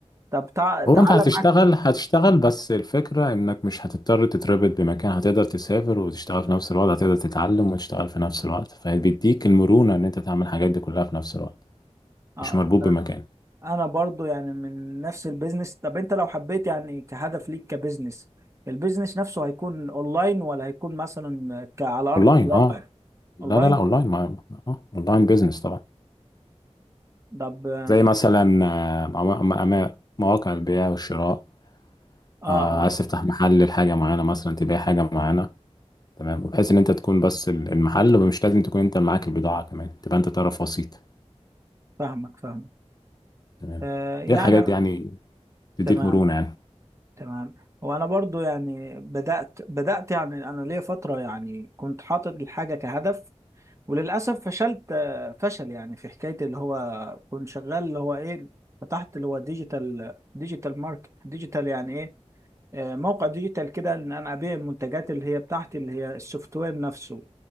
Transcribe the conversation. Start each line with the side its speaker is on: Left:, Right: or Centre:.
Right: طب تع... تعالى
Left: هو انت هتشتغل
Right: معاك
Left: هتشتغل بس الفكره انك مش هتضطر تتربط بمكان هتقدر تسافر وتشتغل في نفس الوقت هتقدر تتعلم وتشتغل في نفس الوقت فبيديك المرونه ان انت تعمل الحاجات دي كلها في نفس الوقت
Right: آه،
Left: مش مربوط بمكان
Right: انا برضو يعني من نفس البيزنس طب انت لو حبيت يعني كهدف ليك كبيزنس البيزنس نفسه هيكون اونلاين ولا هيكون مثلا ك- على ارض
Left: اونلاين
Right: الواقع
Left: اه لا
Right: اونلاين
Left: لا لا اونلاين مع... آه، اونلاين بيزنس طبعا
Right: طب اه
Left: زي مثلا آه، مع- مع- مع- مواقع البيع والشراء
Right: اه
Left: آه، عايز تفتح محل لحاجه معينه مثلا تبيع حاجه معينه تمام بحيث ان انت تكون بس ال- المحل ومش لازم تكون انت معاك البضاعه كمان تبقى انت طرف وسيط
Right: فاهمك فاهمك
Left: تمام
Right: آه يعني
Left: دي الحاجات
Right: أنا-
Left: دي يعني تديك
Right: تمام
Left: مرونه يعني
Right: تمام وانا برضو يعني بدأت بدأت يعني انا ليا فترة يعني كنت حاطط الحاجة كهدف وللاسف فشلت آه، فشل يعني في حكاية اللي هو كنت شغال اللي هو ايه فتحت اللي هو ديجيتال ديجيتال ماركت ديجيتال يعني ايه آه، موقع ديجيتال كده ان انا ابيع المنتجات اللي هي بتاعتي اللي هي السوفت وير نفسه